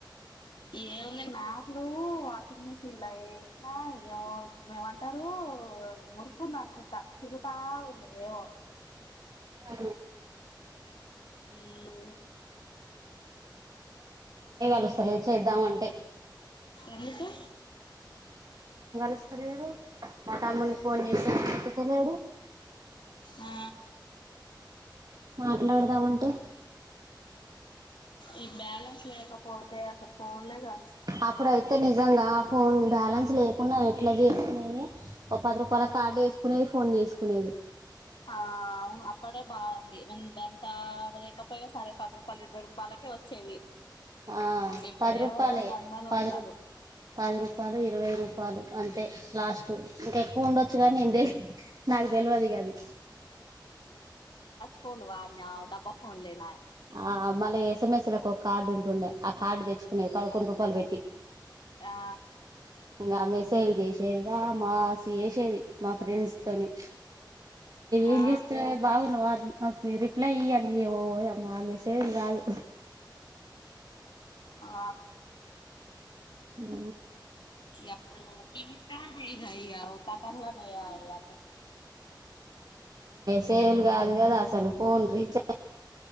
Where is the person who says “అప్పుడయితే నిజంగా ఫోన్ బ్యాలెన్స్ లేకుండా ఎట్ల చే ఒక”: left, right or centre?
Right